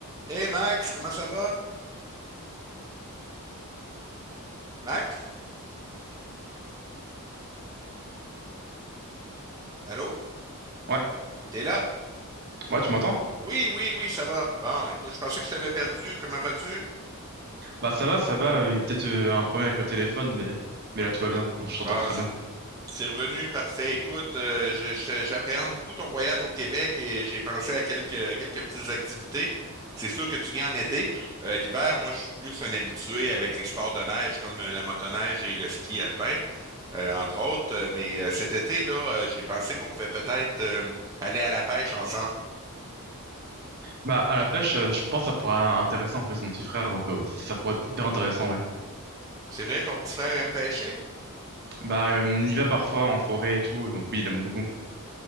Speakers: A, on the right; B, on the right.
A: Hey Max, comment ça va? Max? Allô?
B: Ouais,
A: T'es là?
B: ouais, tu m'entends?
A: Oui, oui, oui, ça va. Bon, écoute, je pensais que je t'avais perdu. Comment vas-tu?
B: Bah ça va, ça va, euh, il y a peut-être euh, un problème avec le téléphone, mais, mais là tout va bien, Bon, je
A: Bon,
B: t'entends très
A: c-
B: bien.
A: c'est revenu, parfait. Écoute, euh, je- je- j'appréhende beaucoup ton voyage au Québec et j'ai pensé à quelques, quelques petites activités. C'est sûr que tu viens en été. Euh, l'hiver, moi, je suis plus un habitué avec les sports de neige comme euh, la motoneige et le ski alpin, euh, entre autres. Euh, Mais euh, cet été, là, euh, j'ai pensé qu'on pouvait peut-être euh, aller à la pêche ensemble.
B: Bah à la pêche, euh, je pense que ça pourrait être intéressant, en plus mon petit frère, donc euh, ça pourrait être hyper intéressant, ouais.
A: C'est vrai, ton petit frère aime pêcher?
B: Bah euh, on y va parfois en forêt et tout, donc oui, il aime beaucoup.